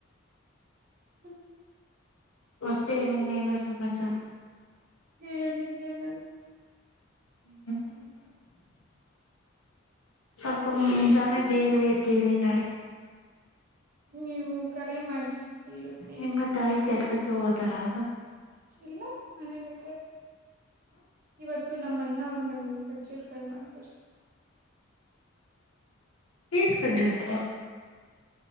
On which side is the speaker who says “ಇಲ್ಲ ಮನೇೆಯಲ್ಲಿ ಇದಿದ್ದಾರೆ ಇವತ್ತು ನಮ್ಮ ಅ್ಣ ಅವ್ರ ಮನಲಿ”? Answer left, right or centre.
Right